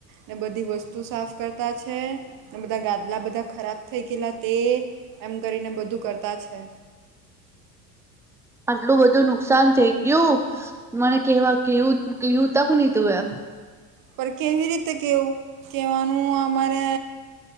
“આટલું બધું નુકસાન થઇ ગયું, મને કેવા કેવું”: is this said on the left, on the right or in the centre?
Centre